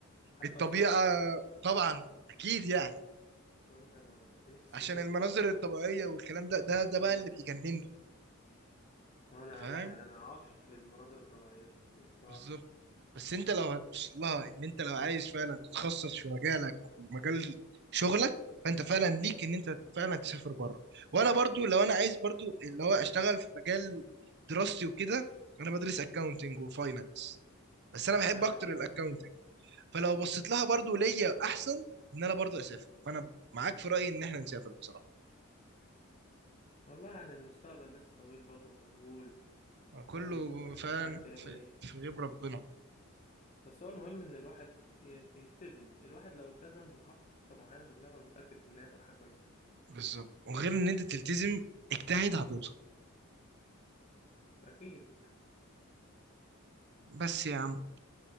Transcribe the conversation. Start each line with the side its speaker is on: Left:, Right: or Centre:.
Left: عارف
Right: الطبيعه
Left: ايسلندا
Right: طبعا اكيد يعني
Left: ايسلندا انا نفسي
Right: عشان
Left: نفسي
Right: المناظر
Left: اروحها
Right: الطبيعيه والكلام ده ده ده بقى
Left: امم
Right: اللي بيجنني
Left: وانا
Right: أنت فاهم
Left: انا انا أنا عاشق للمناظر الطبيعية بصراحة
Right: بالظبط بس انت لو هتبص لها ان انت لو عايز فعلا تتخصص في مجالك ومجال شغلك فانت فعلا ليك ان انت فعلا تسافر بره وانا برضو لو انا عايز برضو اللي هو اشتغل في مجال دراستي وكده انا بدرس اكاونتنج وفاينانس بس انا بحب
Left: ايوه
Right: اكتر
Left: عارف
Right: الاكاونتنج فلو بصيت لها برضو ليا احسن ان انا برضو اسافر فانا معاك في رايي ان احنا نسافر بصراحه
Left: والله يعني المستقبل لسه طويل برضه مجهول
Right: كله
Left: فاهم الواحد
Right: فعلا
Left: مش عارف يعمل
Right: في
Left: ايه
Right: في غيب ربنا
Left: بس هو المهم ان الواحد ي- يلتزم الواحد لو التزم وحط خطة معينة في دماغه انا متأكد ان هي هتبقى حاجة كويسة
Right: بالظبط وغير ان انت تلتزم اجتهد هتوصل
Left: اكيد
Right: بس يا عم